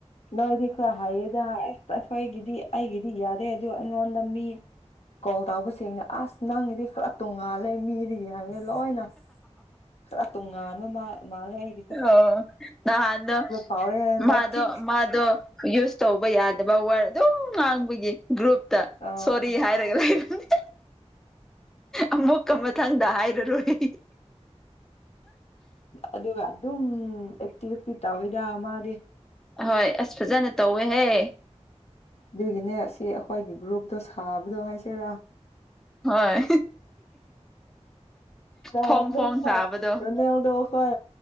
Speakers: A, on the left; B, in the centre.
A: ꯅꯣꯏꯗꯤ ꯈꯔ ꯍꯥꯏꯌꯦꯗ ꯑꯁ ꯑꯩꯈꯣꯏꯒꯤꯗꯤ ꯑꯩꯒꯤꯗꯤ ꯌꯥꯔꯦ ꯑꯗꯨ ꯑꯩꯉꯣꯟꯗ ꯃꯤ ꯀꯣꯜ ꯇꯥꯎꯕꯁꯤꯡꯅ ꯑꯁ ꯅꯪꯒꯤꯗꯤ ꯄꯨꯔꯥ ꯇꯣꯡꯉꯥꯜꯂꯦ ꯃꯤꯗꯒꯤ ꯍꯥꯏꯔꯦ ꯂꯣꯏꯅ ꯄꯨꯔꯥ ꯇꯣꯉꯥꯟꯕ ꯃꯥꯜꯂꯦ ꯑꯩ
B: ꯑꯣ ꯅꯍꯥꯟꯗꯣ
A: ꯐꯥꯎꯔꯦ ꯍꯟꯗꯛꯇꯤ
B: ꯃꯥꯗꯣ ꯃꯥꯗꯣ ꯌꯨꯁ ꯇꯧꯕ ꯌꯥꯗꯕ ꯋꯥꯔꯗ ꯑꯗꯨꯝ ꯉꯥꯡꯕꯒꯤ ꯒ꯭ꯔꯨꯞꯇ
A: ꯑꯥ
B: ꯁꯣꯔꯤ ꯍꯥꯏꯔꯒ ꯂꯩꯕꯅꯦ ꯑꯃꯨꯛꯀ ꯃꯊꯪꯗ ꯍꯥꯏꯔꯔꯣꯏ
A: ꯑꯗꯨꯒ ꯑꯗꯨꯝ ꯑꯦꯛꯇꯤꯑꯦꯞ ꯇ ꯇꯧꯋꯤꯗ ꯃꯥꯗꯤ
B: ꯑꯍꯣꯏ ꯑꯁ ꯐꯖꯅ ꯇꯧꯋꯦꯍꯦ
A: ꯑꯗꯨꯒꯤꯅꯦ ꯁꯤ ꯑꯩꯈꯣꯏꯒꯤ ꯒ꯭ꯔꯨꯞꯇꯣ ꯁꯥꯕꯗꯣ ꯍꯥꯏꯁꯦꯔꯥ
B: ꯍꯣꯏ
A: ꯌꯥꯗ꯭ꯔꯦꯀꯣ
B: ꯐꯣꯡ ꯐꯣꯡ ꯁꯥꯕꯗꯣ
A: ꯔꯣꯅꯥꯜꯗꯣ ꯍꯣꯏ